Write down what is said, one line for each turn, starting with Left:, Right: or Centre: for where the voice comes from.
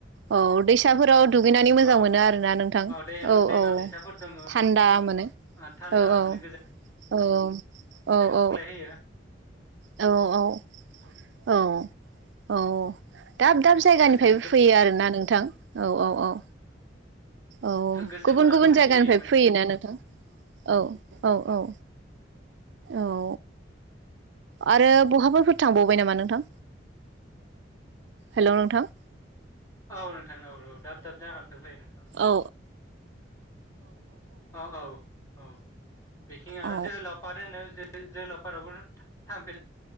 Right: औ दैसाफोराव दुगैनानै मोजां
Left: अ
Right: मोनो आरोना नोंथां
Left: दै
Right: औ
Left: दैमा
Right: औ
Left: दैसाफोर दङ
Right: थान्दा मोनो
Left: ओ थान्दा
Right: औ औ
Left: मोनो
Right: औ औ औ
Left: सुग्लाय होयो,
Right: औ औ औ औ दाब दाब जायगानिफायबो
Left: गोसो
Right: फैयो आरोना नोंथां औ औ औ औ
Left: गोसोफोराबो
Right: गुबुन गुबुन
Left: खान्थि
Right: जायगानिफायबो
Left: मोनो
Right: फैयोना नोंथां औ औ औ औ आरो बहाबाफोर थांबावबाय नामा नोंथां हेलौ नोंथां,
Left: औ नोंथां औ औ दाब दाब जायगानिफाय फैयो नोंथां,
Right: औ
Left: औ औ बिखिं आरो
Right: औ
Left: जोहोलाव पार्क होनो <unintelligible> जोहोलाव पार्क आवबो थांफेर